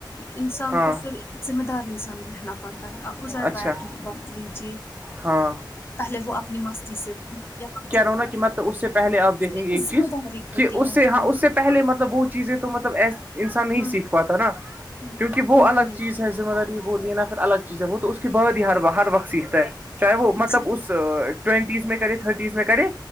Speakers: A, on the left; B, on the right.
A: انسان
B: ہاں
A: کو پھر ذمہ دار انسان رہنا پڑتا ہے آپ ازر
B: اچھا
A: بایات بوات لیجیے
B: ہاں
A: پہلے وہ اپنی مستی سے جاتی
B: رونا
A: تھی
B: کی متلب اس سے پہل آپ دیکھیں
A: پھر
B: گے ایک چیز
A: ذمہ داری ہوتی
B: کہ اس
A: ہے
B: سے
A: ہوں،
B: ہاں اس سے پہلے مطلب وہ چیزیں تو مطلب ای انسان نہیں
A: ہوں،
B: سیکھ پاتا نا
A: ہوں،
B: کیونکہ وہ
A: ہوں،
B: الگ
A: ہوں۔
B: چیز ذمہ داری ہے وہ لینا پھر الگ چیز ہے وہ تو اس کے بع ہیر ہر وت سیکھتا ہے چاہے وہ مطلب
A: جی،
B: اس ٹوینٹیز میں کرے تھرٹیز میں کرے